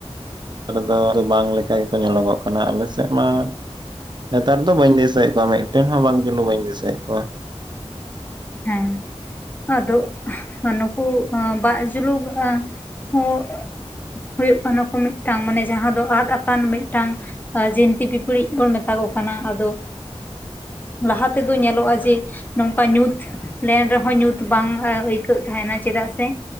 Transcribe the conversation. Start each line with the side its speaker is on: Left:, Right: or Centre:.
Right: ᱱᱮᱛᱟᱨ ᱫᱚ ᱵᱟᱝ ᱞᱮᱠᱟ ᱜᱮᱠᱚ, ᱧᱮᱞᱚᱜᱚᱜ ᱠᱟᱱᱟ ᱟᱞᱮ ᱥᱮᱫ ᱢᱟᱼᱼ ᱱᱮᱛᱟᱨ ᱫᱚ ᱵᱟᱹᱧ ᱫᱤᱥᱟᱹᱭᱮᱫ ᱠᱚᱣᱟ, ᱢᱤᱫᱴᱮᱱ ᱦᱚᱸ ᱵᱟᱝ ᱡᱩᱞᱩᱝ ᱵᱟᱹᱧ ᱫᱤᱥᱟᱹᱭᱮᱫ ᱠᱚᱣᱟ ᱾
Left: ᱦᱮᱸ, ᱟᱫᱚᱜ, ᱱᱩᱠᱩ ᱵᱟᱜᱸ ᱡᱩᱞᱩᱝ ᱦᱚᱸᱼᱼ ᱦᱳᱭᱳᱜ ᱠᱟᱱᱟ ᱠᱚ, ᱢᱤᱫᱴᱟᱝ ᱢᱟᱱᱮ ᱡᱟᱦᱟᱸ ᱫᱚ ᱟᱫᱽ ᱟᱠᱟᱱ, ᱢᱤᱫᱴᱟᱝᱼᱼ ᱡᱤᱱᱛᱤ ᱯᱤᱯᱤᱲᱤᱡᱽ ᱵᱚᱱ, ᱢᱮᱛᱟ ᱠᱚ ᱠᱟᱱᱟ, ᱟᱫᱚᱼᱼ ᱞᱟᱦᱟ ᱛᱮᱫᱚ ᱧᱮᱞᱚᱜᱼᱟ, ᱡᱮ ᱱᱚᱝᱠᱟ ᱧᱩᱛᱼᱼ ᱞᱮᱱ ᱨᱮᱦᱚᱸ ᱧᱩᱛ, ᱵᱟᱝ ᱟᱹᱭᱠᱟᱹᱜ ᱛᱟᱦᱮᱱᱟ ᱪᱮᱫᱟᱜ ᱥᱮᱼᱼ